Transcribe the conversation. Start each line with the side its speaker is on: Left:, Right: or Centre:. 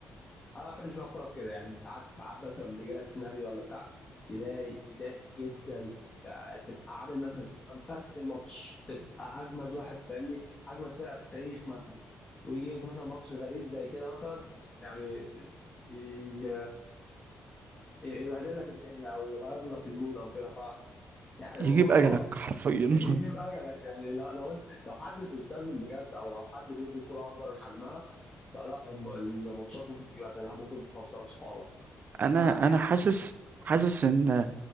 Left: انا ما بحبش بقى الكوره في كده يعني ساعات ساعات مثلا بيجي لك سيناريو ولا بتاع يضايق يضايق جدا آه، تبقى عامل مثلا تبقى مفرتك الماتش تبقى اجمد واحد فاهمني اجمد فرقه في التاريخ مثلا ويجي لك مثلا ماتش غريب زي كده مثلا يعني ت- ي- يبهدل لك الدنيا او يغير لك المود او كده ف يعني الموضوع
Right: يجيب اجلك حرفيا
Left: <laughs> يجيب اجلك يعني لو, لو انت لو حد مش ملتزم بجد او لو حد بيدي كرة اكبر من حجمها فلا الم- الماتشات ممكن تجيب اجلها ممكن تخسر اصحابك
Right: <laughs> انا
Left: ف يعني،
Right: انا حاسس حاسس ان